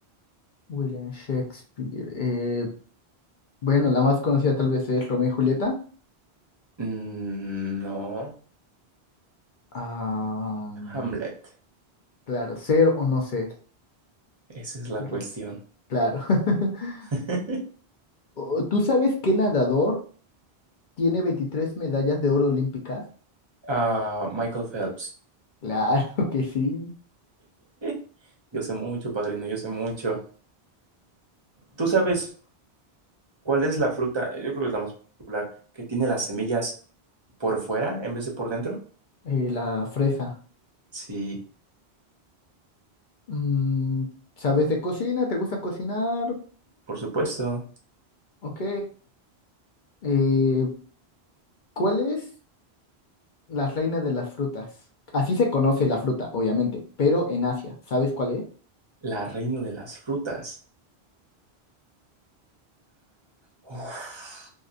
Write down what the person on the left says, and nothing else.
William Shakespeare. eh, bueno, la más conocida tal vez es Romeo y Julieta.
Ah, mm,
claro, ser o no ser.
Cla- Claro. <laughs>
O- ¿Tú sabes qué nadador tiene 23 medallas de oro olímpicas?
Claro que sí.
eh, la fresa.
Mm, ¿sabes de cocina? ¿Te gusta cocinar?
Ok. Eh, ¿cuál es la reina de las frutas? Así se conoce la fruta, obviamente, pero en Asia, ¿sabes cuál es?